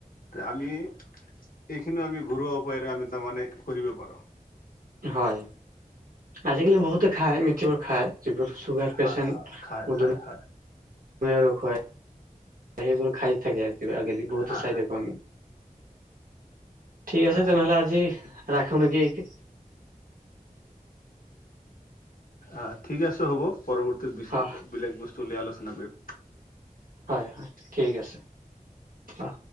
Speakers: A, on the left; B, on the right.
A: তে আমি এইখিনি আমি ঘৰুৱা উপায়েৰে আমি তাৰমানে কৰিব পাৰো।
B: হয়, আজিকালি বহুতে খায় মিথিবোৰ খায়। যিবোৰ চুগাৰ
A: হয়
B: পেচেণ্ট,
A: হয় খাই
B: মধু
A: খাই হয়
B: ৰ খুৱাই সেইবোৰ খাই থাকে, <unintelligible> বহুতো
A: হা
B: চাই থাকোঁ আমি। ঠিক আছে
A: হয়
B: তেনেহ'লে আজি ৰাখোঁ নেকি?
A: অ', ঠিক আছে হ'ব, পৰৱৰ্তী
B: হয়।
A: বেলেগ বস্তু লৈ আলোচনা কৰিম।
B: হয়, হয় ঠিক আছে, অ'।